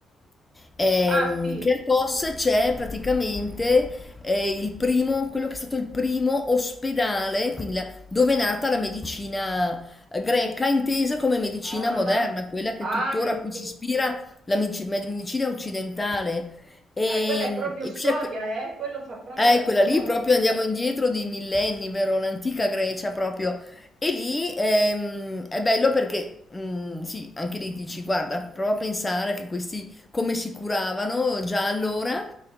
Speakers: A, on the left (about 15°); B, on the right (about 50°).
A: ehm,
B: Ah, sì.
A: che a Kos c'è praticamente eh, il primo, quello che è stato il primo ospedale, quindi la dove è nata la medicina eh, greca, intesa come medicina
B: Ah,
A: moderna, quella che
B: ah,
A: tuttora
B: che,
A: a cui
B: che-
A: si ispira la medici- medicina occidentale. E,
B: eh, quella è proprio
A: e
B: storia,
A: c'è que-
B: eh? Quello fa proprio
A: eh,
B: la
A: quella lì
B: storia.
A: proprio
B: quelle-
A: andiamo indietro di millenni, vero? L'antica Grecia proprio. E lì ehm, è bello perché, mm, sì, anche lì dici, guarda, prova a pensare che questi come si curavano già allora